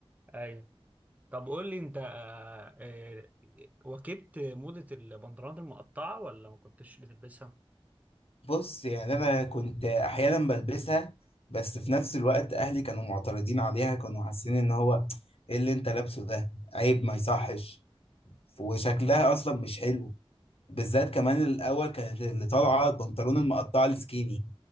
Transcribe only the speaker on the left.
بص يعني انا كنت احيانا بلبسها بس في نفس الوقت اهلي كانوا معترضين عليها كانوا حاسين ان هو ايه اللي انت لابسه ده عيب ما يصحش وشكلها اصلا مش حلو بالذات كمان الاول كانت اللي طالعه البنطلون المقطع السكيني